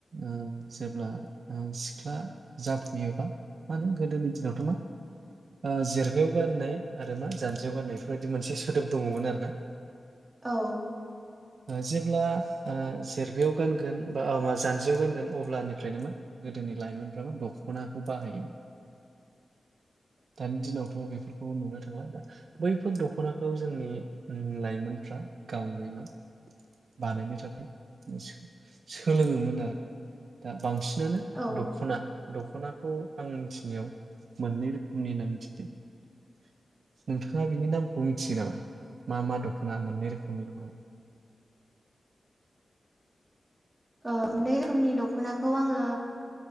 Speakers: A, on the right; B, on the right.
A: ओ जेब्ला ओ सिख्ला जाफुयो बा मा नो गोदोनि दिनावथ मा ओ जेरै जौगा नाय आरो मा जानजियाव गाननाय बेफोरबायदि मोनसे सोदोब दंङ मोन आरो ना।
B: औ
A: जेब्ला जेरबायाव आ गानगोन बा आमा जानजियाव गानगोन अब्लानिफ्रायनो मा गोदोनि लाइमोनफ्राबो दख'नाखौ बाहायोमोन। दानि दिनाव थ बेफोरखौ नुनो थांला दा बैफोर दख'नाखौ जोंनि ओम लाइमोनफ्रा गावनो मा बानायनो थाखाय सो-सोलोंङोमोन आरो। दा बांसिनानो
B: औ
A: दख'ना दख'ना खौ आं मिथिनायाव मोननै रोखोमनि होना मिथि <inaudible> नोंथांङा बिनि नामखौ मिथियो नामा? मा मा दखना मोननै रोखोमनि दंङ
B: ओ मोननै रोखोमनि दख'नाखौ आंङो